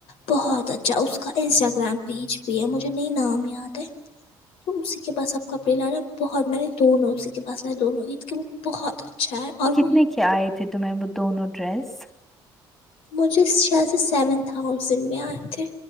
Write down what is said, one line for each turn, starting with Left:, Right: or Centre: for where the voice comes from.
Left: بہت اچھا اس کا انسٹاگرام پیج بھی ہے مجھے نہیں نام یاد ہے تو اسی کے پاس اب کپڑے لانا بہت میں نے دونوں اسی کے پاس لائے دونوں عید کے وہ بہت اچھا ہے اور
Centre: کتنے
Left: وہ
Centre: کے آئے تھے تمہیں وہ دونوں ڈریس
Left: مجھے شاید سے سیون تھاؤزینڈ میں آئے تھے